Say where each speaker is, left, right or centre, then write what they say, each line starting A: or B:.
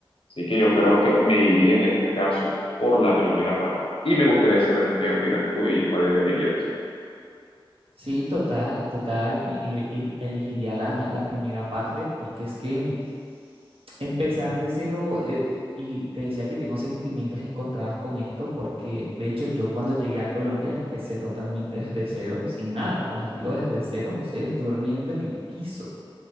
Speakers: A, on the left; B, on the right.
A: Así que yo creo que me iría en este caso por la primera parte. Y me gustaría saber qué opinas tú y cuál elegirías tú.
B: Sí, total, total. me- e- e- elegiría la, la primera parte porque es que mm, empezar de cero, eh, eh, y te decía que tengo sentimientos encontrados con esto porque de hecho yo cuando llegué a Colombia empecé totalmente desde cero, sin nada. Y cuando te digo desde cero, José, es durmiendo en el piso.